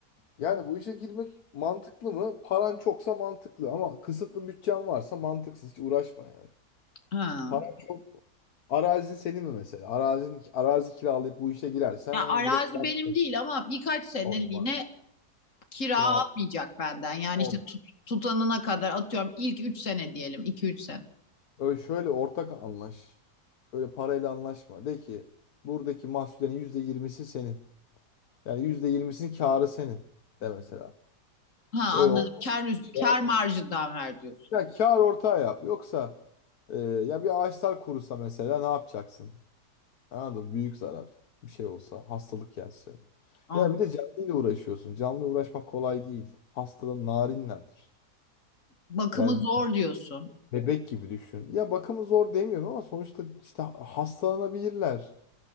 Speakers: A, on the left; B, on the left.
A: Yani bu işe girmek mantıklı mı? Paran çoksa mantıklı ama kısıtlı bütçen varsa mantıksız. Hiç uğraşma yani.
B: Ha.
A: Paran çok Arazin senin mi mesela? Arazin, arazi kiralayıp bu işe girersen
B: Ya arazi
A: direkt yap.
B: benim değil ama birkaç seneliğine
A: Olmaz.
B: kira
A: Kira
B: almayacak benden. Yani
A: olmaz.
B: işte tut- tutanına kadar atıyorum ilk üç sene diyelim. iki üç sene.
A: Öyle şöyle ortak anlaş. Şöyle parayla anlaşma. De ki buradaki mahsullerin yüzde yirmisi senin. Yani yüzde yirmisinin karı senin de mesela.
B: Ha
A: Öyle
B: anladım.
A: o
B: Kar, yüz-
A: şey
B: kar
A: yapma
B: marjından
A: ya.
B: ver diyorsun.
A: Ya kar ortağı yap. Yoksa e, ya bir ağaçlar kurusa mesela ne yapacaksın? Anladın mı? Büyük zarar. Bir şey olsa, hastalık gelse.
B: Anladım.
A: Yani bir de canlıyla uğraşıyorsun. Canlı uğraşmak kolay değil. Hastalığın narinlerdir.
B: Bakımı
A: Yani
B: zor diyorsun.
A: bebek gibi düşün. Ya bakımı zor demiyorum ama sonuçta işte hastalanabilirler.